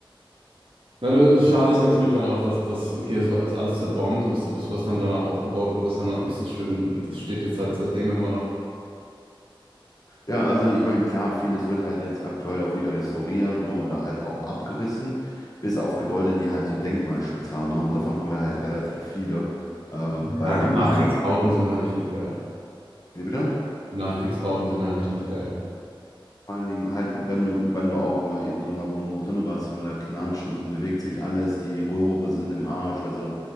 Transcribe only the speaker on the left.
Ja, also ich meine, klar, vieles wird halt jetzt aktuell auch wieder restauriert, ne, oder halt auch abgerissen, bis auf Gebäude, die halt so Denkmalschutz haben, ne, und davon haben wir halt relativ viele, ähm,
weil
dann
da,
wie bitte?
Vor allen Dingen halt, wenn du, wenn du auch immer in so einer Wohnung drinne warst, wenn man da knatscht und bewegt sich alles, die Rohre sind im Arsch. Also